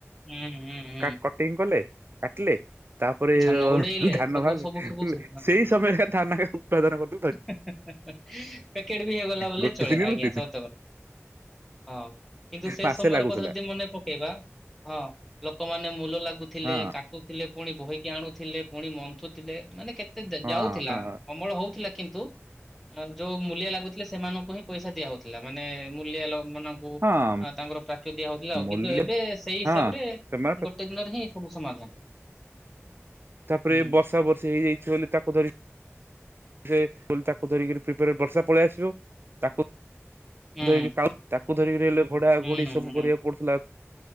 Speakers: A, in the centre; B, on the right (about 50°).
A: ହୁଁ ହୁଁ ହୁଁ।
B: କଟିଂ କଲେ କାଟିଲେ। ତାପରେ
A: ଧାନ ଉଡେଇଲେ
B: ଧାନ
A: ସବୁ
B: ବାହାରିଲେ,
A: ସବୁ ସବୁ ସେ
B: ସେଇ ସମୟ ଧାନ ଉତ୍ପାଦନ କର।
A: ହେଁ ହେଁ ହେଁ, ପ୍ୟାକେଟ ବି ହେଇଗଲା ବୋ
B: ଗୋଟେ
A: ଚଳେ
B: ଦିନରୁ
A: ଆଜ୍ଞା
B: ଦି
A: ସତ।
B: ଦିନ
A: ହଁ କିନ୍ତୁ ସେ
B: ମାସେ
A: ସମୟର
B: ଲାଗୁଥିଲା
A: କଥା ଯଦି ମନେ ପକେଇବା ହଁ ଲୋକମାନେ ମୁୂଲ ଲାଗୁଥିଲେ,
B: ହଁ
A: କାଟୁଥିଲେ, ପୁଣି ବହି ଆଣୁଥିଲେ, ପୁଣି ମନ୍ଥୁଥିଲେ, ମାନେ କେତେ
B: ହଁ
A: ଯାଉଥିଲା ଅମଳ ହଉଥିଲା କିନ୍ତୁ ଯୋଉ ମୂଲିଆ ଲାଗୁଥିଲେ ସେମାନଙ୍କୁ ହିଁ ପଇସା ଦିଆ ହଉଥିଲା, ମାନେ ମୂଲଆ ମାନ - ଓ,
B: ହଁ
A: ତାଙ୍କର ପ୍ରାପ୍ୟ ଦିଆ ହଉଥିଲା ଆଉ
B: ମୂଲ୍ୟ
A: କିନ୍ତୁ ଏବେ ସେଇ ହିସାବରେ
B: ହଁ ସେମାନେ
A: ଗୋଟେ ଦିନରେ ହିଁ ସବୁ ସମାଧାନ।
B: ତାପରେ
A: ହୁଁ।
B: ବର୍ଷା ବର୍ଷେ ହେଇଯାଇଛି ବୋଲି ତାକୁ ଧରି ସେ କ ତାକୁ ଧରିକିରି ଫ୍ରୀବରେ ବର୍ଷା ପଳେଇ ଆସିବ। ତାକୁ
A: ହୁଁ
B: ଧରିକି କାଉ ତାକୁ ଧରିକି ଗଲେ ଘୋଡା
A: ହୁଁ
B: ଘୋଡି ସବୁ
A: ହୁଁ
B: କରିବାକୁ କଉଠିଥିଲା,